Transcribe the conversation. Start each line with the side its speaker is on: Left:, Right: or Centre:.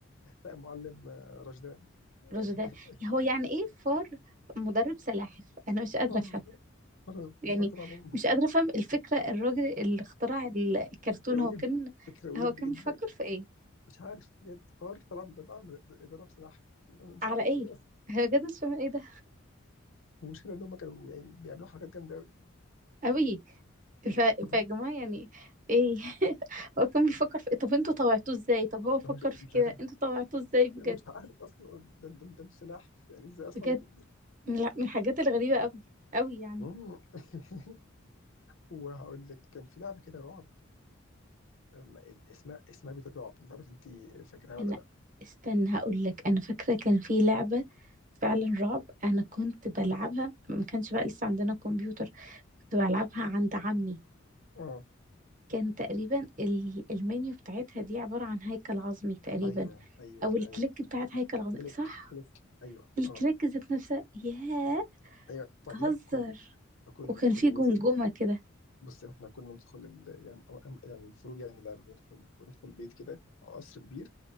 Left: لا معلم آه، رشدان <laughs>
Right: رز ده هو يعني ايه فار مدرب سلاحف انا مش قادره
Left: اه
Right: افهم
Left: مرة
Right: يعني
Left: فكرت العلوم
Right: مش قادره افهم الفكره الراجل اللي اخترع الكرتون
Left: فكرة ويرد
Right: هو كان
Left: فكرة ويرد
Right: هو كان
Left: جدا
Right: بيفكر في ايه
Left: مش عارف بجد حوار طلع من دماغي ضرب سلاح أنا مش
Right: على
Left: عارف
Right: ايه
Left: إيه ده
Right: هو كده مش فاهمة ايه ده
Left: المشكلة إن هم كانوا يعني بيعملوا حركات جامدة أوي
Right: قوي
Left: <laughs>
Right: ف... فيا جماعه يعني ايه <laughs> هو كان بيفكر في إيه؟ طب انتوا طوعتوه ازاي طب هو فكر
Left: مش
Right: في
Left: مش
Right: كده
Left: عارف
Right: انتوا طوعتوه ازاي بجد
Left: مش عارف أصلا ده ده ده أنتوا سلاحف يعني إزاي أصلا
Right: بجد
Left: ب-
Right: لا من الحاجات الغريبه قوي قوي يعني
Left: مم. <laughs> وهقول لك كان في لعبة كده رعب أم- اسمها اسمها بيت الرعب مش عارف أنت فاكراها ولا
Right: انا
Left: لأ
Right: استنى هقول لك انا فاكره كان في لعبه فعلا رعب انا كنت بلعبها ما كانش بقى لسه عندنا كمبيوتر كنت بلعبها عند عمي
Left: أه
Right: كان تقريبا ال- المنيو بتاعتها دي عباره عن هيكل عظمي تقريبا
Left: أيوه أيوه
Right: او الكليك
Left: أيوه
Right: بتاعت هيكل عظمي
Left: كليك
Right: صح
Left: كليك أيوه
Right: الكليك
Left: أه
Right: ذات نفسها ياه
Left: أيوه بعدين
Right: بتهزر
Left: كنت كنا
Right: وكان
Left: كنا
Right: في جمجمه
Left: بص
Right: كده
Left: بص احنا كنا ندخل ال... يعني أو- أم- يعني المفروض يعني اللعبة بندخل وندخل بيت كده قصر كبير